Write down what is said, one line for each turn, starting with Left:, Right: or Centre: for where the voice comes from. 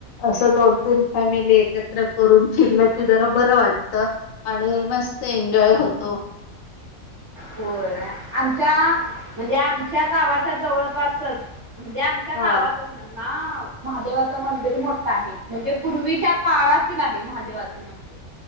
Left: असं दोन तीन फॅमिली एकत्र करून फिरलं फि बरं वाटत आणि मस्त एन्जॉय होतो
Right: होय आमच्या म्हणजे आमच्या गावाच्या जवळपासच म्हणजे आमच्या
Left: हा
Right: गावातच म्हण ना महादेवाचं मंदिर मोठ आहे म्हणजे पूर्वीच्या काळातील आहे महादेवाचं मंदिर